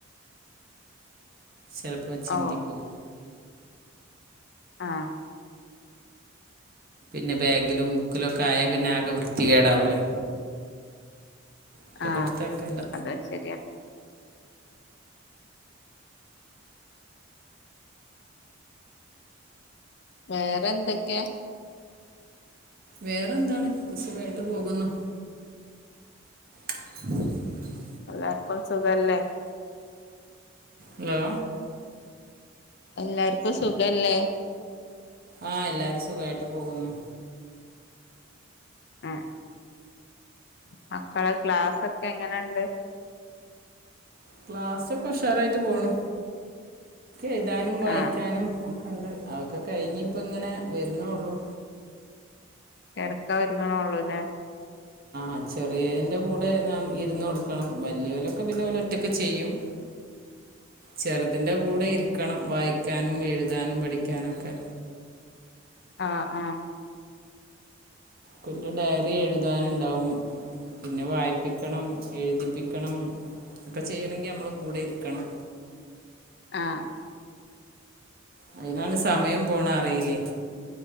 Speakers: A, on the left; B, on the right.
A: <inaudible>
B: ചിലപ്പോ ചിന്തി
A: ഓ
B: പോവും
A: ആഹ്
B: പിന്നെ ബാഗിലും ബുക്കിലും ഒക്കെ ആയാൽ പിന്നെ ആകെ വൃത്തികേടാവൂലേ അപ്പോൾ
A: ആഹ്
B: കൊടുത്തേക്കില്ല
A: അത് ശരിയാ വേറെ എന്തൊക്കെയാ
B: വേറെന്താണ്സുഖമായിട്ട് പോകുന്നു <inaudible>
A: എല്ലാർക്കും സുഖമല്ലേ
B: ഹലോ
A: എല്ലാർക്കും സുഖമല്ലേ
B: ആഹ് എല്ലാരും സുഖായിട്ട് പോകുന്നു
A: ഉം മക്കളെ ക്ലാസ് ഒക്കെ എങ്ങനെയുണ്ട്
B: ക്ലാസ്സൊക്കെ ഉഷാറായിട്ട് പോണു എഴുതാനും വായിക്കാനും
A: ആഹ്
B: ഒക്കെയുണ്ട് അതൊക്കെ കഴിഞ്ഞ് ഇപ്പം ഇങ്ങനെ വരുന്നേയുള്ളു
A: കിടക്കാൻ ഒരുങ്ങണേ ഉള്ളൂല്ലേ
B: ആ ചെറിയതിന്റെ കൂടെ ഞാൻ ഇരുന്ന് കൊടുക്കണം വല്ല്യോലൊക്കെ പിന്നെ ഓല് ഒറ്റക്ക് ചെയ്യും ചെറുതിന്റെ കൂടെ ഇരിക്കണം വായിക്കാനും എഴുതാനും പഠിക്കാനൊക്കെ
A: ആഹ് ആഹ്
B: പിന്നെ ഡയറി എഴുതാനുണ്ടാവും പിന്നെ വായിപ്പിക്കണം എഴുതിപ്പിക്കണം ഒക്കെ ചെയ്യണമെങ്കിൽ നമ്മള് കൂടെ ഇരിക്കണം
A: ആഹ്
B: അതിനാണ് സമയം പോണത് അറിയില്ലേ